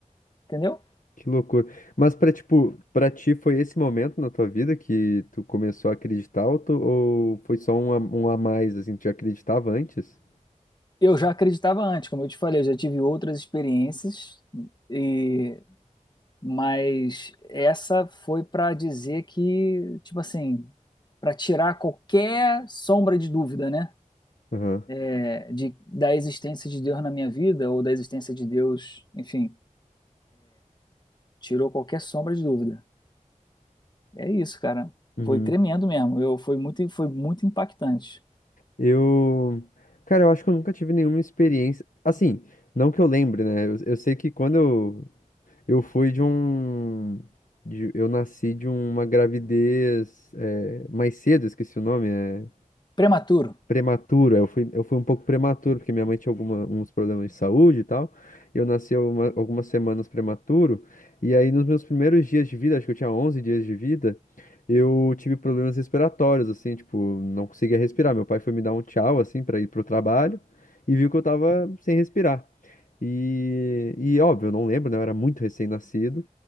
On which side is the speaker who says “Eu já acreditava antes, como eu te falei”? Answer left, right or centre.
Left